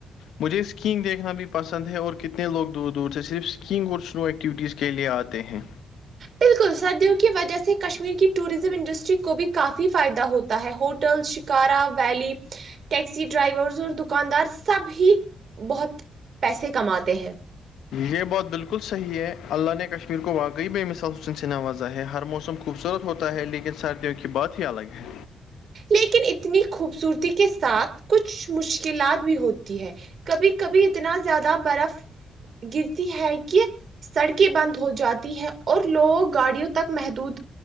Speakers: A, on the left; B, on the right.
A: مجھے اسکیینگ دیکھنا بھی پسند ہے اور کتنے لوگ دور دور سے صرف اسکینگ اور اسنو ایکٹیویٹیز کے لیے آتے ہیں
B: بال کل سردیوں کی وجہ سے کشمیر کی ٹورزم انڈسٹری کو بھی کافی فائدہ ہوتا ہے ہوٹل ش کارا ویلی ٹیکسی ڈرائیورس اور دکاندار سب ہی بہت پیسے کماتے ہیں
A: یہ بات بالکل صحیح ہے اللہ نے کشمیر کو واقعی بےمثال حسن سے نوازا ہے ہر موسم کو خوبصورت ہوتا ہے لیکن سردیوں کی بات ہی الگ ہے
B: لیکن اتنی خوبصورتی کے ساتھ کچھ مشکلات بھی ہوتی ہے کبھی کبھی اتنا زیادہ برف گرتی ہے کہ سڑکیں بند ہو جاتی ہیں اور لوگ گاڑیوں تک محدود